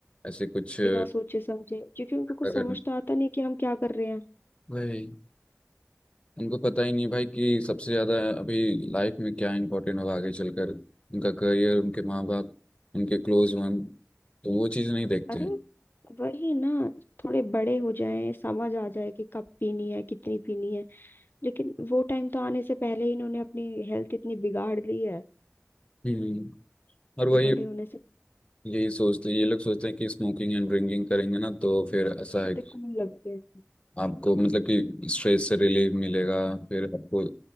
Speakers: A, on the left; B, on the left.
A: ऐसे कुछ अ,
B: बिना सोचे समझे क्योंकि उनको कुछ
A: करना
B: समझ तो आता नहीं कि हम क्या कर रहे हैं
A: वही उनको पता ही नहीं भाई कि सबसे ज्यादा अभी लाइफ में क्या इम्पोर्टेंट होगा आगे चलकर उनका करियर उनके माँ बाप उनके क्लोज वन तो वो चीज़ नहीं देखते
B: अरे
A: हैं
B: वही ना थोड़े बड़े हो जाएं समझ आ जाए कि कब पीनी है कितनी पीनी है लेकिन वो टाइम तो आने से पहले ही इन्होंने अपनी हेल्थ इतनी बिगाड़ ली है
A: हम्म और वही
B: बड़े होने से
A: यही सोचते ये लोग सोचते हैं कि स्मोकिंग एंड ड्रिंकिंग करेंगे ना तो फिर ऐसा
B: कितने
A: है कि
B: कौन लगते हैं
A: आपको मतलब कि स्ट्रेस से रिलीफ मिलेगा फिर आपको